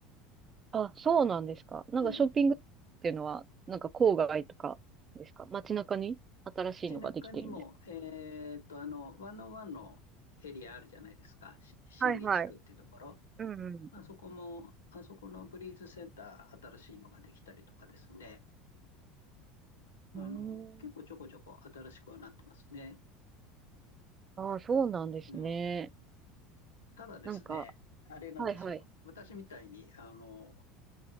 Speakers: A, on the right; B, on the left.
A: あ、そうなんですか。なんかショッピングっていうのは、
B: うん。
A: なんか郊外とかですか街中に新しいのができてるんです
B: 街中にも、えーっと、あの、1ワンのエリアあるじゃないですか。し新木地区ってところ。
A: かはいはい。うんうん。
B: まあそこも、あそこのブリーズセンター、新しいのができたりとかですね。あの、
A: うー
B: 結構ちょこちょこ新しくはなってますね。
A: ん。ああ、そうなんですね。
B: うん。ただですね、
A: なんか、
B: あれなんですよ。
A: はいはい。
B: 私みたいに、あの、